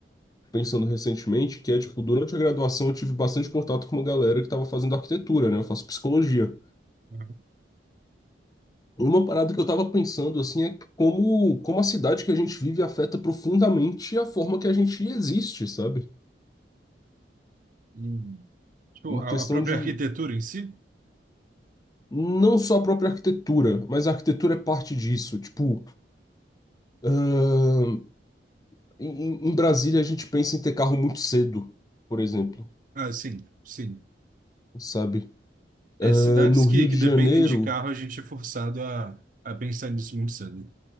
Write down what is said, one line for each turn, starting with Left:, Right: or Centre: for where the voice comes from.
Left: pensando recentemente, que é, tipo, durante a graduação eu tive bastante contato com uma galera que tava fazendo arquitetura, né? Eu faço psicologia.
Right: Aham.
Left: Uma parada que eu tava pensando assim é como, como a cidade que a gente vive afeta profundamente a forma que a gente existe, sabe?
Right: Sim. Tipo,
Left: Em
Right: a,
Left: questão
Right: a própria
Left: de
Right: arquitetura em si?
Left: não só a própria arquitetura, mas a arquitetura é parte disso. Tipo, ahn, em, em Brasília a gente pensa em ter carro muito cedo, por exemplo,
Right: Ah, sim, sim.
Left: sabe?
Right: É,
Left: Ahn,
Right: cidades
Left: no
Right: que,
Left: Rio
Right: que
Left: de
Right: dependem
Left: Janeiro,
Right: de carro, a gente é forçado a, a pensar nisso muito cedo.